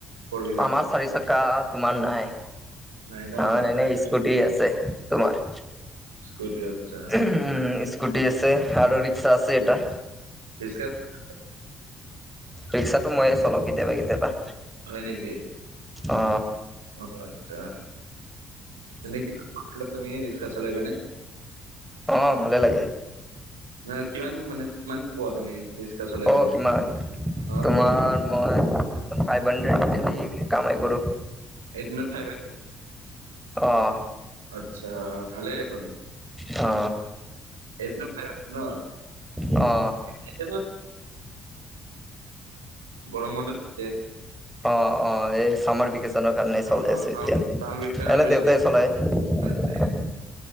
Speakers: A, on the right; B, in the centre.
A: ফৰ হুইলাৰ
B: আমাৰ চাৰি চকা তোমাৰ নাই,
A: নাই ন
B: আমাৰ
A: আচ্ছা
B: এনে স্কুটি আছে তোমাৰ,
A: স্কুটি আচ্ছা
B: উম
A: অ
B: স্কুটি আছে আৰু ৰি চা আছে
A: উম,
B: এটা।
A: <inaudible>
B: ৰিক্সাটো মইয়ে চলাও কেতিয়াবা কেতিয়াবা।
A: হয় নেকি,
B: অ
A: অ আচ্ছা। এনে কেনেকুৱা লাগে তুমি ৰিক্সা চলাই পিনে?
B: অ ভালে লাগে।
A: নাহ কিমান মানে কিমান পোৱা তুমি ৰিক্সা চলাই
B: অ
A: পিনে।
B: কিমান
A: অ
B: তোমাৰ মই ফাইভ হাণ্ড্ৰেড ডেইলী কামাই কৰোঁ।
A: এইটদিনত ফাইভ হান্দ্ৰেড?
B: অহ।
A: আচ্ছা ভালে দেখোন।
B: অ।
A: এদিনত ফাইভ হান্দেড ন?
B: অ।
A: <inaudible> গৰম বন্ধ দিলে।
B: অ অ এই চামৰ ভিকে চনৰ কাৰণেই চলাই
A: অ
B: আছো এতিয়া
A: চামাৰ ভেকেচনত
B: এনে
A: তুমি
B: দেউতাই
A: চলাই আছা
B: চলাই।
A: আচ্ছা